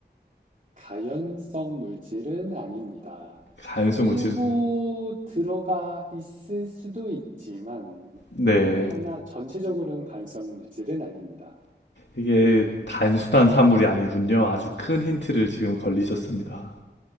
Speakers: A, on the right (about 45°); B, on the left (about 80°).
A: 가연성 물질은 아닙니다.
B: 가연성
A: 일부
B: 물질,
A: 들어가 있을 수도 있지만,
B: 네.
A: 그거는 하나, 전체적으로는 가연성 물질은 아닙니다.
B: 이게 단순한 사물이 아니군요. 아주 큰 힌트를 지금 걸리셨습니다.